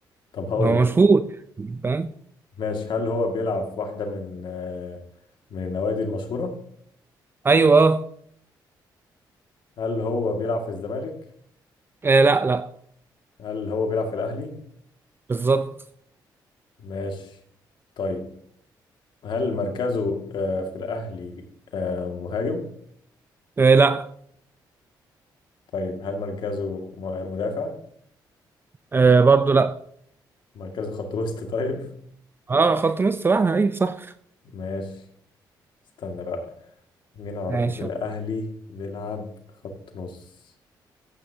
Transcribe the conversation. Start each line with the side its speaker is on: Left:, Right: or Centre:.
Left: طب هقول
Right: هو
Left: لك
Right: مشهور يعني، فاهم
Left: ماشي هل هو بيلعب في واحدة من آه، من النوادي المشهورة؟
Right: أيوه آه
Left: هل هو بيلعب في الزمالك؟
Right: آه، لا لا
Left: هل هو بيلعب في الأهلي؟
Right: بالظبط
Left: ماشي طيب هل مركزه آه، في الأهلي آه، مهاجم؟
Right: آه لا
Left: طيب هل مركزه م- مدافع؟
Right: آه برضه لا
Left: مركزه خط وسط <laughs> طيب؟
Right: اه خط مصر بقى أيوه صح
Left: ماشي استنى بقى مين اعرفه
Right: ماشي
Left: في الاهلي بيلعب خط نص